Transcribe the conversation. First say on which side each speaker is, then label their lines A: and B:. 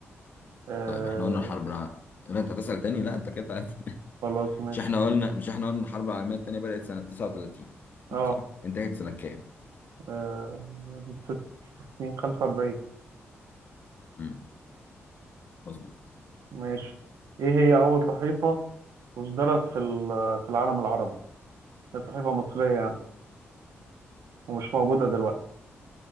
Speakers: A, on the right (about 85°); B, on the left (about 40°).
A: آه
B: طيب احنا قلنا الحرب الع... لا انت هتسأل تاني لا انت كده <laughs>
A: خلاص ماشي
B: مش احنا قلنا مش احنا قلنا الحرب العالمية التانية بدأت سنة 39
A: اه,
B: صح؟ انتهت سنة كام؟
A: آه ست سنين خمسة وأربعين
B: امم مظبوط
A: ماشي ايه هي أول صحيفة أصدرت في ال- في العالم العربي؟ هي صحيفة مصرية يعني ومش موجودة دلوقتي